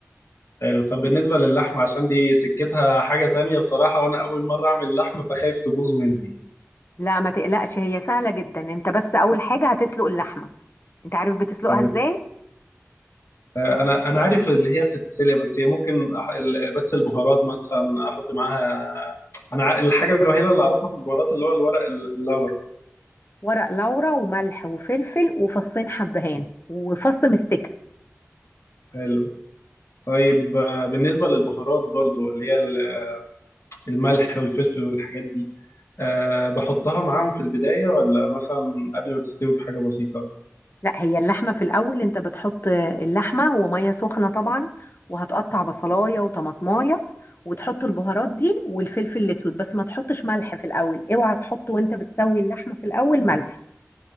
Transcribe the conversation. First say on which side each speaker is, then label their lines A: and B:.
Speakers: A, on the left; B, on the left.
A: حلو طب بالنسبة للحمة عشان دي سكتها حاجة تانية بصراحة وأنا أول مرة أعمل لحمة فخايف تبوظ مني
B: لا ما تقلقش هي سهلة جدا انت بس اول حاجة هتسلق اللحمة انت عارف بتسلقها
A: تمام
B: ازاي
A: آه، أنا أنا عارف اللي هي بتتسلق بس هي ممكن أح- ال- بس البهارات مثلا أحط معاها أنا ع- الحاجة الوحيدة اللي أعرفها في البهارات اللي هو الورق ال- اللورا
B: ورق لورا وملح وفلفل وفصين حبهان وفص مستكة
A: حلو طيب آه، بالنسبة للبهارات برضو اللي هي ال- الملح والفلفل والحاجات دي أه بحطها معاهم في البداية ولا مثلا قبل ما تستوي بحاجة بسيطة
B: لا هي اللحمة في الاول انت بتحط اللحمة ومية سخنة طبعا وهتقطع بصلاية وطماطماية وتحط البهارات دي والفلفل الاسود بس ما تحطش ملح في الاول اوعى تحط وانت بتسوي اللحمة في الاول ملح